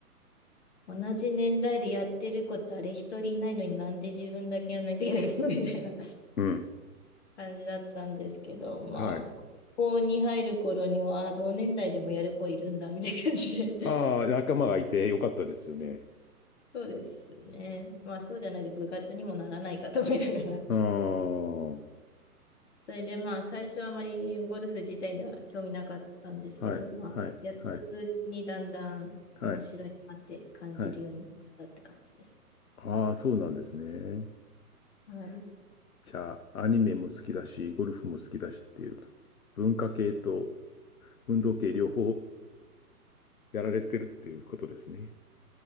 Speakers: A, on the left; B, on the left.
A: 同じ年代でやってる子誰一人いないのになんで自分だけやんないといけないのみたいな
B: うん。
A: 感じだったんですけど、まあ、
B: はい。
A: ここに入る頃には、あ同年代でもやる子いるんだ、みたいな感じで。<laughs>
B: ああ、仲間がいてよかったですよね。
A: そうですね。まあ、そうじゃないと部活にもならないかと思いながら。
B: ああ、
A: <laughs>
B: は
A: それでまあ、最初はまあまりゴルフ自体には興味なかったんですけど、
B: い、は
A: まあ、
B: い、
A: やっていくうちにだんだん面白いなって感じるようになったって感じですね。
B: はい、はい、はい。ああ、そうなんですね。
A: はい。
B: じゃあ、アニメも好きだし、ゴルフも好きだしっていう、文化系と運動系両方やられてるっていうことですね。